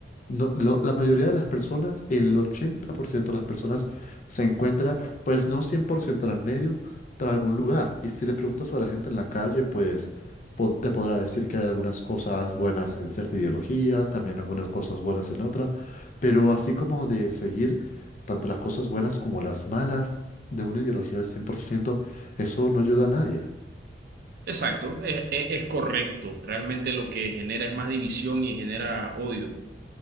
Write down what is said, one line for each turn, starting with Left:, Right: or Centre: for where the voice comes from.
Left: No, lo- la mayoría de las personas, el 80% de las personas, se encuentra, pues no 100% en el medio, pero en algún lugar. Y si le preguntas a la gente en la calle, pues po- te podrá decir que hay algunas cosas buenas en cierta ideología, también algunas cosas buenas en otra, pero así como de seguir tanto las cosas buenas como las malas de una ideología al 100%, eso no ayuda a nadie.
Right: Exacto, es, es- es correcto. Realmente lo que genera es más división y genera odio.